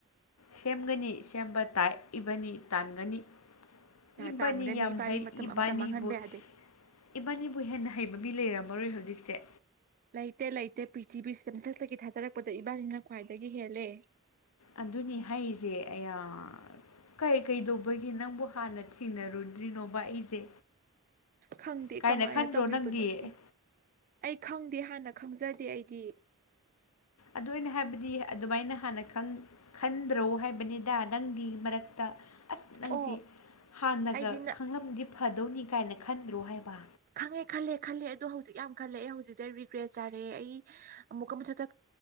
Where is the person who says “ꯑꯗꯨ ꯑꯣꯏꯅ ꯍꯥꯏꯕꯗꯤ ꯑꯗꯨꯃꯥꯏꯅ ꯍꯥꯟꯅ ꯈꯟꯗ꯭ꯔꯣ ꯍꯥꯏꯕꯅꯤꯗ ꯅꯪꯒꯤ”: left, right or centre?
Left